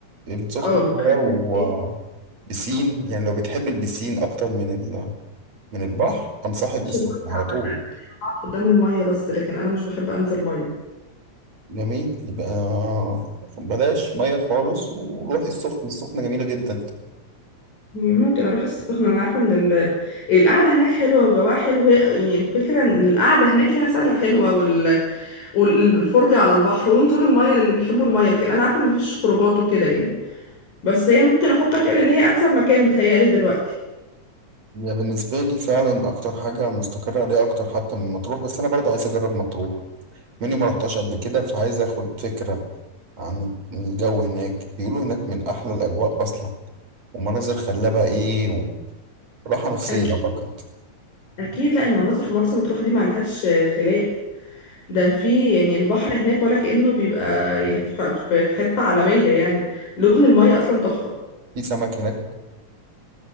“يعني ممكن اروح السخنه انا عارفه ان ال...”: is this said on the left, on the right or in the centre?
Left